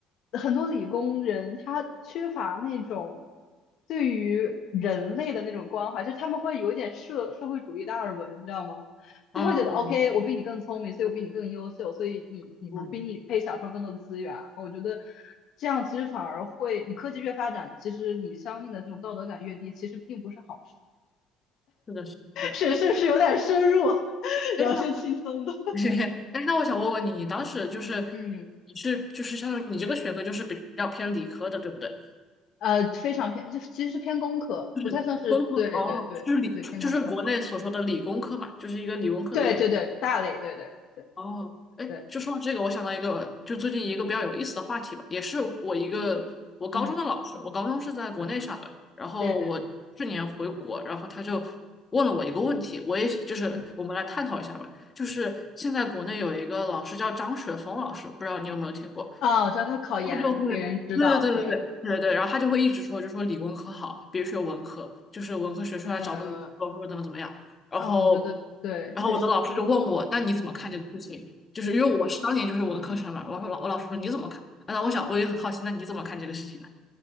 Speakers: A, on the left; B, on the left.
A: 很多理工人他缺乏那种对于人类的那种关怀，就是他们会有一点社社会主义达尔文，你知道吗？
B: 嗯
A: 就会觉得 OK，我比你更聪明，所以我比你更优秀，所以你你我比你配享受更多的资源。
B: 嗯，
A: 我觉得这样其实反而会，你科技越发展，其实你相应的这种道德感越低，其实并不是好事。
B: 是的，是的。
A: <laughs> 是是不是有点深入，
B: 哎
A: <laughs>
B: 哎，
A: 聊些轻松的？
B: 那 <laughs> 哎，那我想问问你，你当时就是
A: 嗯。
B: 你是就是相当于你这个学科就是比较偏理科的，对不对？
A: 呃，非常偏，就是其实是偏工科，
B: 就是工科哦，
A: 不太算是，对对对
B: 就是理就是国内所说的理工科嘛，
A: 对，偏工科，
B: 就是一个理工科的一个专业。
A: 对对对，大类，对对对
B: 哦，哎，
A: 对，
B: 就说到这个，我想到一个，就最近一个比较有意思的话题吧，也是我一个我高中的老师，
A: 嗯，
B: 我高中是在国内上的，然后我去年回国，
A: 对对，
B: 然后他就问了我一个问题，我也就是我们来探讨一下吧，
A: 嗯，
B: 就是现在国内有一个老师叫张雪峰老师，不知道你有没有听过？
A: 哦，我知道他考研给人指导，
B: 他就会，对对对对对对对，
A: 对，
B: 然后他就会一直说，就说理工科好，别学文科，就是文科学出来找不到工作或者怎么怎么样。
A: 嗯，
B: 然后，
A: 哦，我觉得对，
B: 然后我的老师就问我，
A: 确实，
B: 那你怎么看这个事情？就是因为我是当年就是文科生嘛，我说老我老师说你怎么看？
A: 嗯。
B: 啊那我想我也很好奇，那你怎么看这个事情呢？